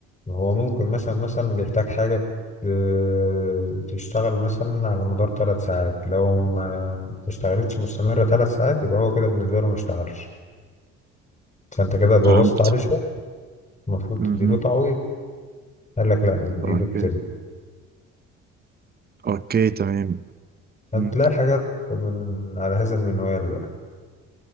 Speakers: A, on the left; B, on the right.
A: هو ممكن مثلا مثلا بيحتاج حاجة ت- تشتغل مثلا على مدار ثلاث ساعات لو ما اشتغلتش مستمرة ثلاث ساعات يبقى هو كده بالنسبة له ما اشتغلش فانت كده بوظت
B: فهمت
A: عليه شغل المفروض
B: مهم.
A: تديله تعويض قال لك لا نديله
B: اوكي
A: التلت
B: اوكي تمام
A: فبتلاقي
B: مم.
A: حاجات من على هذا المنوال بقى